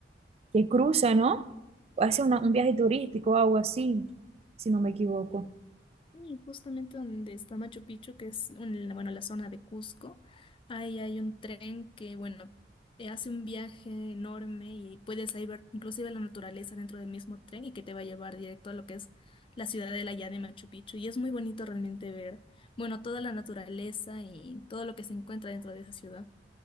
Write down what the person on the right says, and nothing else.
que cruza, ¿no? Hace una- un viaje turístico o algo así, si no me equivoco.